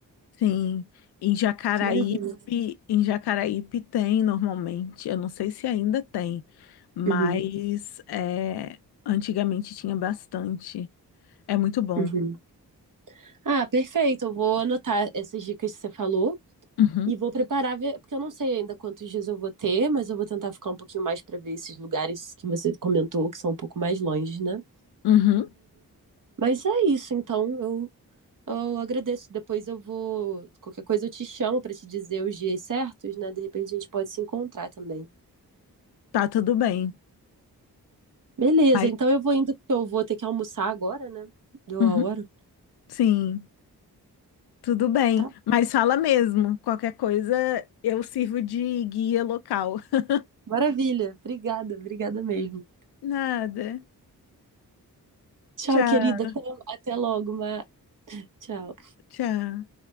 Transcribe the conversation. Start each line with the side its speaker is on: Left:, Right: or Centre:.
Left: Sim, em Jacaraípe,
Right: Que maravilha.
Left: em Jacaraípe tem normalmente, eu não sei se ainda tem, mas
Right: Uhum,
Left: é, antigamente tinha bastante. É muito bom.
Right: uhum. Ah, perfeito. Eu vou anotar essas dicas que você falou
Left: Uhum,
Right: e vou preparar, ver- porque eu não sei ainda quantos dias eu vou ter, mas eu vou tentar ficar um pouquinho mais para ver esses lugares que você comentou, que são um pouco mais longe, né?
Left: uhum,
Right: Mas é isso, então eu, eu agradeço. Depois eu vou. Qualquer coisa eu te chamo para te dizer os dias certos, né? De repente a gente pode se encontrar também.
Left: tá tudo bem.
Right: Beleza,
Left: Mas,
Right: então eu vou indo, porque eu vou ter que almoçar agora, né? Deu
Left: uhum,
Right: a hora.
Left: sim, tudo bem.
Right: Tá.
Left: Mas fala mesmo, qualquer coisa eu sirvo de guia local. <laughs>
Right: Maravilha. Obrigada, obrigada mesmo.
Left: Nada.
Right: Tchau,
Left: Tchau,
Right: querida. Até, até logo, Ma. Tchau.
Left: tchau.